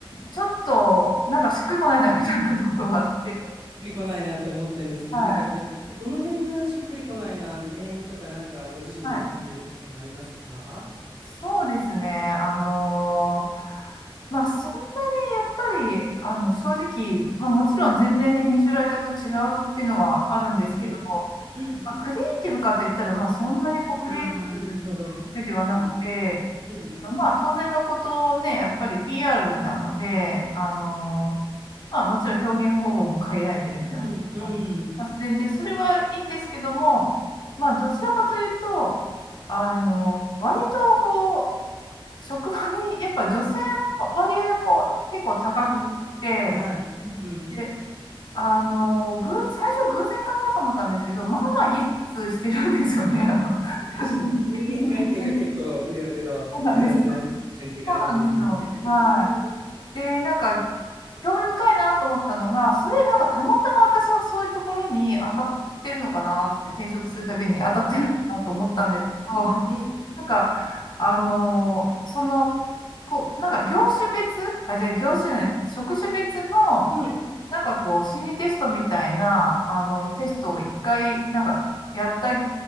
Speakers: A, on the left; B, on the right.
A: ちょっと、なんかしっくりこないなみたいなところがあって、
B: っくりこないなと思ってんですね。
A: はい、
B: なんか、じゃあ、どの辺がしっくりこないな、あの原因とか、なんか、ご自身で感じることがありますか
A: はい。そうですね。あのまあ、そんなにやっぱり、あの、正直、まあ、もちろん全然ね、編集ライターと違うっていうのはあるんですけど、
B: うん、
A: ま
B: うん。
A: あ、クリエイティブかって言ったら、まあ、そんなにこう、クリエイティブっていうわけではなくて、
B: ああ、なるほど。うん、うん、
A: まあ、当然のことをね、やっぱり PR なので、あの、まあ、もちろん表現方法も限られてるっていうのは、
B: うん、うん。
A: あのまあ自然で、それはいいんですけども、まあ、どちらかというと、あの、割とこう、職場に、やっぱ女性も割合も結構高くて、
B: ああ、はい。うん、うん。
A: で、あの、偶最初偶然かなと思ったんですけど、まあまあギスしてるんですよね、
B: うん
A: あの。
B: そして、
A: <laughs>
B: 人間関係が結構いろいろ複雑な人間関係があるんですね。
A: そうなんですよ。そうなんですよ。はい。
B: うん、
A: で、なんか、興味深いなと思ったのが、それなんかたまたま私はそういうところに当たってるのかなって、転職するたびに当たってるのかなと思ったんですけど、
B: はい。
A: <laughs>
B: うん、
A: なんか、あのーその、こう、なんか業種別、あ、じゃあ業種の、
B: うん、
A: 職種別の、
B: うん、うん、
A: なんかこう、心理テストみたいな、あの、テストを一回、なんか、やった、や